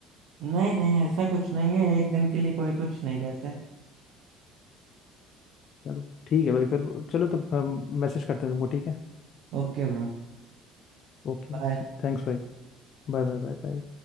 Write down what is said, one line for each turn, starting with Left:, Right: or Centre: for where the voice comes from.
Right: नहीं नहीं ऐसा कुछ नहीं है एक दिन के लिए कोई कुछ नहीं कहते
Left: चलो ठीक है भाई फिर चलो तब हम मैसेज करते हैं तुमको ठीक है
Right: Okay bro
Left: ओके
Right: bye
Left: थैंक्स भाई Bye bye bye bye